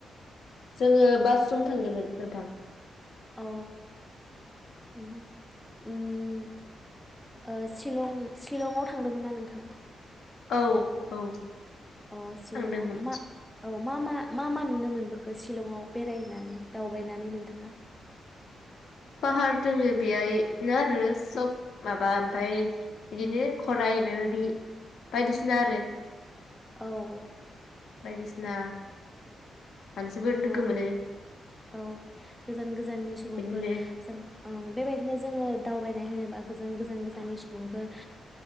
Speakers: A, on the left; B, in the centre.
A: जोङो बासजों थांदोंमोन नोंथां।
B: औ। उम ओ शिलंआव थांदोंमोन ना नोंथाङा?
A: औ औ।
B: अ शिलंआव
A: थांदोंमोन
B: मा? औ मा मा मा मा नुनो मोनबोखो लंआव बेरायनानै दावबायनानै नोंथाङा?
A: पाहार दोङो बेहनो आरो सब माबा ओमफ्राय बिदिनो खराइ माबाबि बायदिसिना आरो
B: औ।
A: बायदिसिना। मानसिफोर लोगो
B: औ
A: मोनो।
B: औ। गोजान गोजाननि सुबुंफोर
A: बिदिनो
B: जों औ बेबायदिनो जोङो दावबायनाय होनोबा गोजान गोजान गोजाननि सुबुंफोर